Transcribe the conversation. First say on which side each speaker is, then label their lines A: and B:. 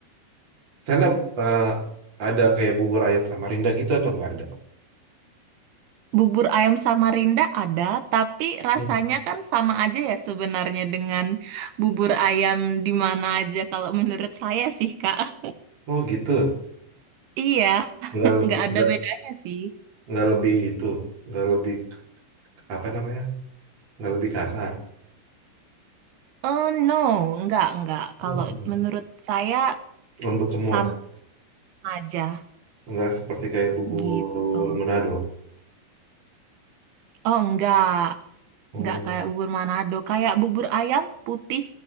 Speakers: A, on the right; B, on the right.
A: Sana eh, ada kayak bubur ayam Samarinda gitu atau nggak ada?
B: Bubur ayam Samarinda ada, tapi rasanya
A: Hmm.
B: kan sama aja ya sebenarnya dengan bubur ayam di mana aja kalau menurut saya sih Kak.
A: Oh gitu.
B: Iya,
A: Nggak lebih
B: nggak ada
A: nggak
B: bedanya sih.
A: nggak lebih itu, nggak lebih apa namanya? Nggak lebih kasar.
B: Oh no, enggak, enggak. Kalau
A: Oh, iya.
B: menurut saya
A: Lembut semua.
B: sama aja
A: Nggak seperti kayak bubur
B: gitu.
A: Manado.
B: Oh enggak,
A: Oh,
B: enggak kayak bubur Manado. Kayak bubur ayam putih